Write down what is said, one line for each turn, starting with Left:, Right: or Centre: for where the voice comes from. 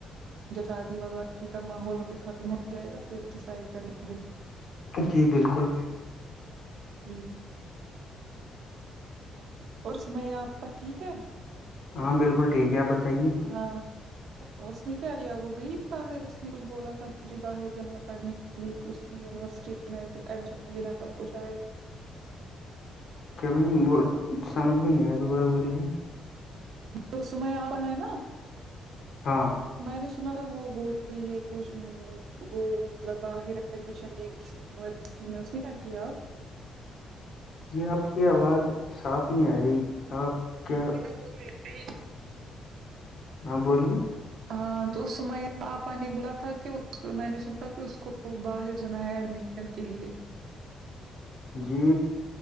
Right: جب شادی وگادی کا ماحول بھی ختم ہو جائے گا ڈسائڈ کریں گے
Left: جی بالکل
Right: جی اور سمیا آپا ٹھیک ہے
Left: ہاں بالکل ٹھیک ہے آپ بتائیے
Right: ہاں اس نے کیا کیا وہ گئی باہر اس نے کچھ بولا تھا مجھے باہر جانا پڑھنے کی لیے کچھ یونیورسٹی میں ایڈمیشن دینا تھاوں کو شاید
Left: کیام سمجھ بھی نہیں آ دو بارہ بولیے
Right: وہ سمے آ رہا ہے نا
Left: ہاں
Right: میں نے سنا تھا وہ بول رہی ہے کچھ وہ مطلب باہر ایڈمیشن دیں ک یونیورسٹی میں اس نے کیا کیا آپ
Left: جی آپ کی آواز صاف نہیں آ رہی آپ کیا
Right: پ ب ہے
Left: ہاں بولیے
Right: ہاں تو اسم آپا نے بولا تھا کہ میں نے سنا تھا کہ اس کو باہر جانا ہے ایڈمیشن بن کے لیے
Left: جی